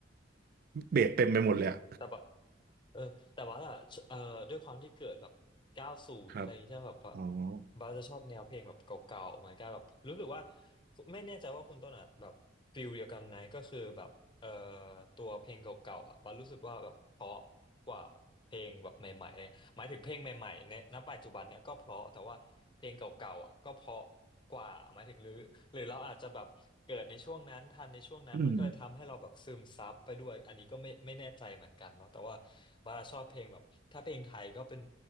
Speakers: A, on the right; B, on the left.
A: เบสเต็มไปหมดเลยอะ
B: แต่ว่าเออแต่ว่าล่ะเออด้วยความที่เกิดแบบเก้าศูนย์อะไรอย่างเงี้ยมแบบว่า
A: ครับอ๋อ <clears throat>
B: บาสจะชอบแนวเพลงแบบเก่าๆ เหมือนกันแบบรู้สึกว่าไม่แน่ใจว่าคุณต้นอ่ะแบบฟิลเดียวกันไหมก็คือแบบเออตัวเพลงเก่าๆอ่ะบาสรู้สึกว่าแบบเพราะกว่าเพลงแบบใหม่ๆ หมายถึงเพลงใหม่ๆเนี่ยณปัจจุบันเนี่ยก็เพราะแต่ว่าเพลงเก่าๆอ่ะก็เพราะกว่าหมายถึงหรือหรือเราอาจจะแบบเกิดในช่วงนั้นทันในช่วงนั้นมันก็เลยทำให้เราแบบซึมซับไปด้วยอันนี้ก็ไม่ไม่แน่ใจเหมือนกันเนาะแต่ว่า
A: อืม
B: บาราชอบเพลงแบบถ้าเพลงไทยก็เป็น